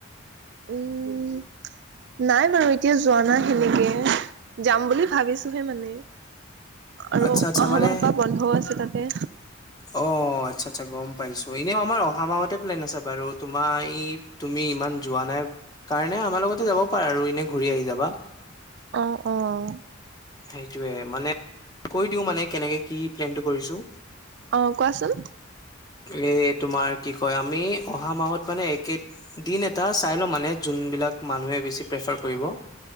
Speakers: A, on the right; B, on the left.
A: উম নাই বাৰু এতিয়া যোৱা নাই সেনেকে। যাম বুলি ভাবিছোহে মানে আৰু
B: আচ্ছা, আচ্ছা
A: অহা
B: মানে
A: মাহৰ পৰা বন্ধও আছে তাতে।
B: অ', আচ্ছা আচ্ছা গম পাইছো। এনেই আমাৰ অহা মাহতে প্লেন আছে বাৰু তোমাৰ ই তুমি ইমান যোৱা নাই কাৰণে আমাৰ লগতে যাব পাৰা আৰু এনে ঘূৰি আহি যাবা।
A: অ', অ'।
B: সেইটোয়ে মানে কৈ দিওঁ মানে কেনেকে কি প্লেনটো কৰিছো।
A: অ', কোৱাচোন।
B: এ তোমাৰ কি কয় আমি অহা মাহত মানে একে দিন এটা চাই লম মানে যোনবিলাক মানুহে বেছি প্ৰেফাৰ কৰিব।